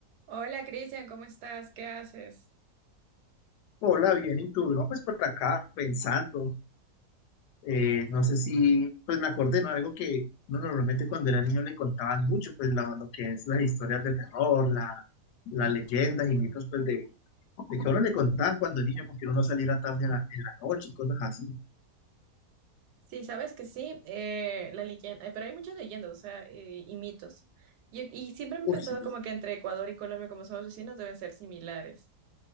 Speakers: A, on the right; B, on the left.
A: Hola Cristian, ¿cómo estás? ¿Qué haces?
B: Hola, bien, ¿y tú? No, pues por acá, pensando, eh, no sé si, pues me acordé, ¿no? Algo que uno normalmente cuando era niño le contaban mucho, pues la- lo que es las historias de terror, la, las leyendas y mitos, pues de, de que a uno le contaban cuando niño, porque uno no saliera tarde en la, en la noche y cosas así.
A: Sí, sabes que sí, eh, la leyenda, eh, pero hay muchas leyendas, o sea, eh, y mitos. Y, y siempre he
B: Uf,
A: pensado
B: sí,
A: como que entre Ecuador y Colombia, como somos vecinos, deben ser similares,